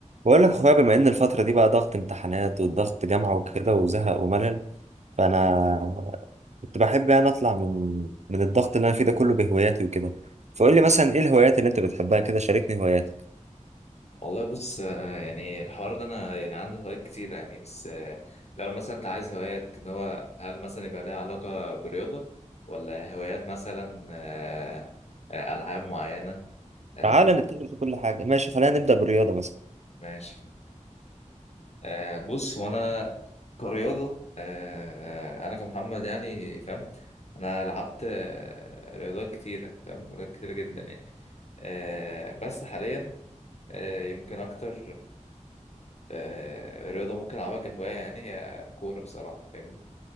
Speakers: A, on the right; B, on the left.
A: بقول لك يا اخويا بما ان الفترة دي بقى ضغط امتحانات وضغط جامعة وكده وزهق وملل فانا كنت بحب يعني اطلع من من الضغط اللي انا فيه ده كله بهواياتي وكده فقول لي مثلا ايه الهوايات اللي انت بتحبها كده شاركني هواياتك
B: والله بص آه، يعني الحوار ده انا يعني عندي هوايات كتيرة يعني بس آه، لو مثلا انت عايز هوايات ان هو هل مثلا يبقى لها علاقة برياضة ولا هوايات مثلا آه، آه، العاب معينة آه،
A: تعالى نتكلم في كل حاجة ماشي خلينا نبدأ بالرياضة مثلا
B: ماشي آه، بص هو انا كرياضة آه، انا كمحمد يعني فاهم انا لعبت آه، رياضات كتيرة فاهم رياضات كتيرة جدا يعني آه، بس حاليا آه، يمكن اكتر آه، الرياضة ممكن ألعبها كهواية يعني هي الكورة بصراحة فاهمني